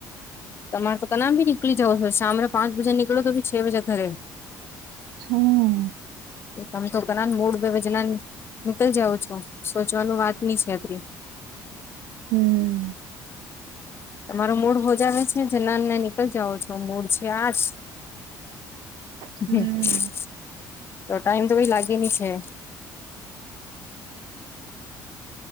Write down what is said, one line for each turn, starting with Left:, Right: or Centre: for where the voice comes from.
Left: તમારે તો કનામ બી નીકળી જાવ છો શામ રે પાંચ બજે નીકળો તો બી છે વાજે ઘરે.
Right: હમ્મ
Left: તમે તો ઘ મૂળ બેજના નીકળ જાઓ છો સોચવાનું વાત ની છે અત્રી.
Right: હમ્મ
Left: તમારો મૂડ હોજ આવેે છે જ ના નીકળ જાાવ છો મૂડ છે આજ. <unintelligible>
Right: હમ
Left: તો ટાઈમ તો કઈ લાગે ની છે.